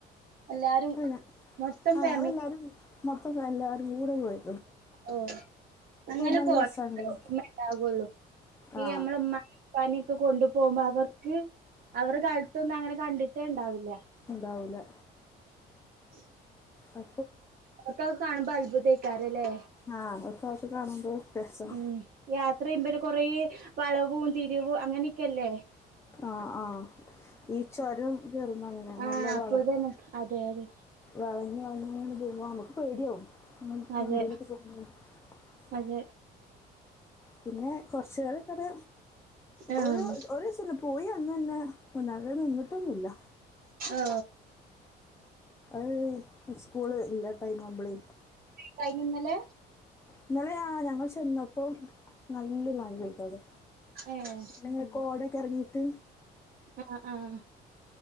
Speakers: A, on the right; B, on the left.
A: എല്ലാരും
B: അല്ല
A: മൊത്തം
B: ആ
A: ഫാമിലി
B: ഞങ്ങളെല്ലാരും മൊ ഇപ്പെ എല്ലാരും കൂടെ പോയി
A: ഓ അങ്ങനെ
B: നല്ല
A: പോണം
B: രസമാണല്ലോ
A: <unintelligible> ഒരുമ്മണ്ടാ ക്കൊള്ളൂ
B: ആ
A: ഈ അമ്മളെ ഇമ്മാനെ ഇപ്പാനി കൊ കൊണ്ടു പോകുമ്പോ അവർക്ക് അവരെ കാലത്തൊന്നും അങ്ങനെ കണ്ടിട്ടേ ണ്ടാവില്ല
B: ഇണ്ടാവൂല്ല
A: ഉ
B: അ
A: ഓര്ക്ക ഒക്കെ കാണുമ്പോ അത്ഭുതേക്കാരല്ലേ
B: ആ ഒരാൾക്ക് കാണുമ്പോൾ രസം
A: ഉം യാ ഇത്രയും പേര് കൊറേ വളവും തിരിവും അങ്ങനെക്കെല്ലേ
B: ആ ആ ഈ ചൊരം കേറുമ്പങ്ങനെ നല്ല
A: ആഹ്
B: വള
A: അപ്പൊതന്നെ അതെ യതെ
B: വളഞ്ഞ് വളഞ്ഞങ്ങനെ പോ വും അമ്മക്ക് പേട്യാ വും ഉം
A: അതെ
B: വണ്ടി ലൊക്കെ പോ <unintelligible>
A: അതെ
B: പിന്നെ കൊർച്ചേരൊക്കട്
A: ആഹ്
B: ഒരു ഒരുസല്ലേ പോയ അന്നന്നെ <unintelligible> നിന്നിട്ടൊന്നുല്ല
A: ആ
B: അഅ് സ്കൂള് ഇല്ലാ ടൈം ആവുമ്പ ളെ
A: കൈഞ്ഞോന്നലെ
B: ഇന്നലെയ ആ ഞങ്ങൾ ചെന്നപ്പോ നല്ലൊരു മഴ പെയത അത്
A: ഏഹ്
B: പിങ്ങ കോഓടൊക്കെ ഇറങ്ങി ത്ത്
A: ആഹ ആഹ്